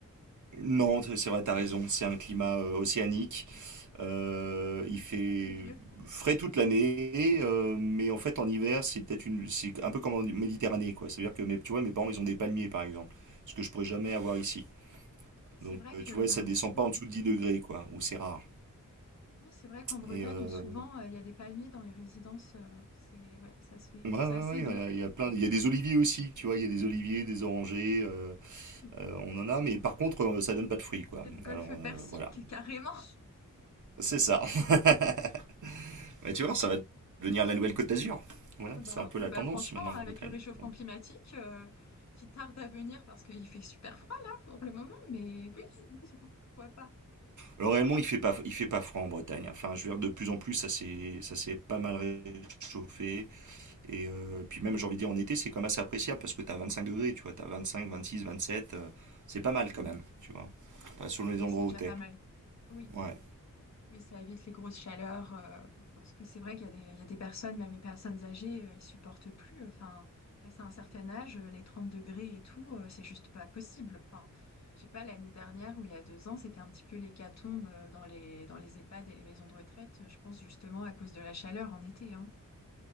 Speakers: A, on the right; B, on the left.
A: Non, c'est vrai, t'as raison. C'est un climat euh, océanique. Euh, il fait
B: C'est pluvieux.
A: frais toute l'année, euh, mais en fait en hiver, c'est peut-être une, c'est un peu comme en Méditerranée, quoi. C'est-à-dire que mes, tu vois, mes parents, ils ont des palmiers, par exemple, ce que je pourrais jamais avoir ici.
B: Oui, c'est
A: Donc,
B: vrai
A: euh,
B: que
A: tu vois, ça descend pas
B: mm,
A: en dessous de 10 degrés, quoi, ou c'est rare.
B: oui, c'est vrai qu'en Bretagne,
A: Et euh,
B: souvent, euh, il y a des palmiers dans les résidences. euh, c'est ouais, ça se fait.
A: ouais, ouais,
B: C'est assez
A: ouais,
B: doux
A: voilà, il
B: comme
A: y a plein,
B: euh,
A: de-
B: climat.
A: il y a des oliviers aussi, tu vois, il y a des oliviers, des orangers, euh,
B: Oui,
A: euh, on en a, mais par contre, euh, ça donne pas de fruits, quoi.
B: c'est le golfe
A: Alors euh,
B: Persique
A: voilà,
B: <laughs> carrément.
A: c'est ça. <laughs> Bah, tu vois, ça va devenir la nouvelle Côte d'Azur. Voilà,
B: Bah
A: c'est
B: oui,
A: un peu la
B: bah
A: tendance
B: franchement,
A: maintenant de
B: avec
A: la Bretagne.
B: le réchauffement
A: Ouais.
B: climatique euh, qui tarde à venir parce qu'il fait super froid là pour le moment, mais oui, <laughs> pourquoi pas.
A: Alors réellement, il fait pas, il fait pas froid en Bretagne. hein. Enfin, je veux dire, de plus en plus, ça s'est, ça s'est pas mal réchauffé. Et euh, puis même, j'ai envie de dire, en été, c'est quand même assez appréciable parce que t'as 25 degrés, tu vois, t'as 25, 26, 27, euh, c'est pas mal quand même, tu vois. Enfin, selon
B: Oui,
A: les endroits
B: c'est déjà
A: où t'es.
B: pas mal. Oui.
A: Ouais,
B: Oui, ça évite les grosses chaleurs, euh, parce que c'est vrai qu'il y a des, il y a des personnes, même les personnes âgées, euh, ils supportent plus. Enfin, passé un certain âge, euh, les 30 degrés et tout, euh, c'est juste pas possible. Enfin, je sais pas, l'année dernière ou il y a deux ans, c'était un petit peu l'hécatombe euh, dans les, dans les EHPAD et les maisons de retraite, euh, je pense justement à cause de la chaleur en été, hein.